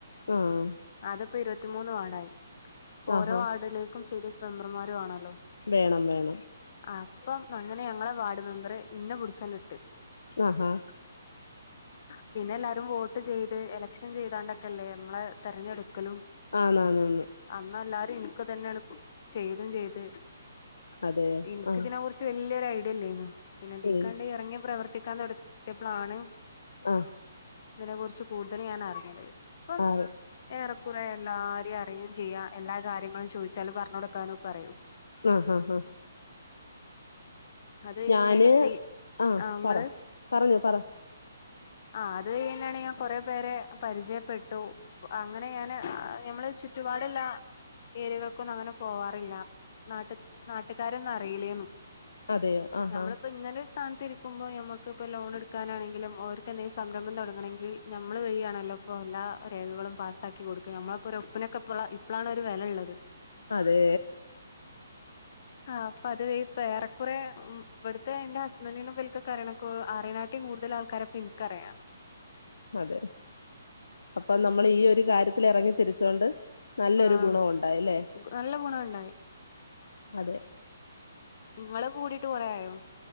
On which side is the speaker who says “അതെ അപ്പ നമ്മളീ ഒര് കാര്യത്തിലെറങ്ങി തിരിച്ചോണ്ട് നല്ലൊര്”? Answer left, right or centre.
Left